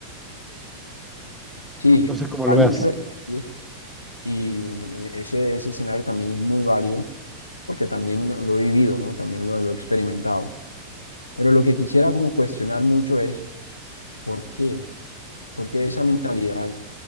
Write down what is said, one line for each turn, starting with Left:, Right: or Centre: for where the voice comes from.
Left: Sí,
Centre: No sé cómo
Left: hay
Centre: lo veas.
Left: muchos estudios y eh, ese, ese escenario también es muy válido porque también lo lo he vivido, ¿no? También lo, lo he experimentado. Pero lo que quisiera como cuestionar mucho es, ¿por qué? Porque esa mentalidad